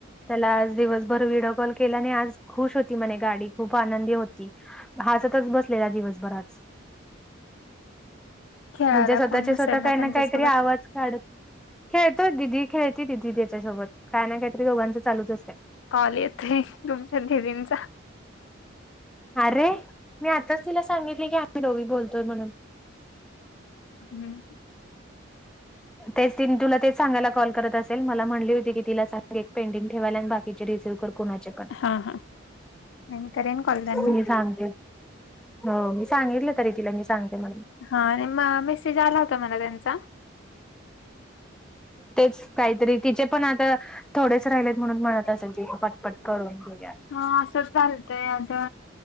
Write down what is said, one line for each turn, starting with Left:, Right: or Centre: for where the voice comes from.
Centre: त्याला आज दिवसभर व्हिडिओ कॉल केलाने आज खुश होती म्हणे गाडी खूप आनंदी होती हासतच बसलेला दिवसभर आज
Left: खेळायला
Centre: म्हणजे स्वतःच्या
Left: कोण नसेल
Centre: स्वतः काही
Left: त्यांच्यासोबत
Centre: ना काहीतरी आवाज काढत खेळतोय दिदी खेळती ती दिदी त्याच्यासोबत काय ना काही तरी दोघांचं चालूच असते
Left: कॉल येत तुमच्या दीदींचा
Centre: अरे मी आताच तिला सांगितली की आम्ही दोघी बोलतोय म्हणून
Left: हम्म
Centre: तेच तिनं तुला ते सांगायला कॉल करत असेल मला म्हटली होती की तिला एक पेंटिंग ठेवायला आणि बाकीचे रिसी व कर कोणाचे पण
Left: हा हा आणि करेन कॉल त्यांना
Centre: मी सांग हो मी सांगितललं तरी तिला मी सांगते म्हणून
Left: हा आणि म मेसेज आला होता मला त्यांचा
Centre: तेच काहीतरी तिचे पण आता थोडेच राहिलेत म्हणून म्हणत असेल की पटपट करून घेऊया
Left: हा असच झाल काय आता